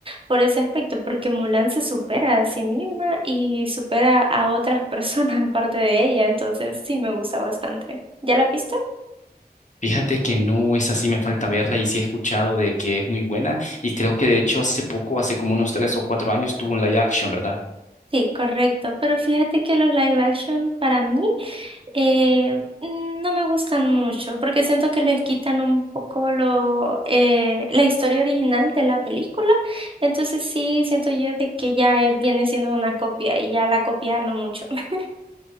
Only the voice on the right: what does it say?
por ese aspecto, porque Mulan se supera a sí misma y supera a otras personas <laughs> aparte de ella, entonces sí me gusta bastante. ¿Ya la viste?
Sí, correcto, pero fíjate que los live action para mí eh, mm, no me gustan mucho porque siento que les quitan un poco lo, eh, la historia original de la película, entonces sí siento yo de que ya eh, viene siendo una copia y ya la copia no mucho. <laughs>